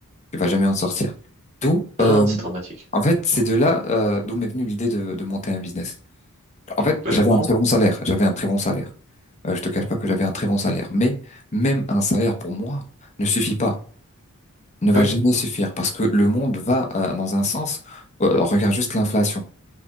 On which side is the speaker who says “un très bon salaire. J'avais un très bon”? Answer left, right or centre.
Left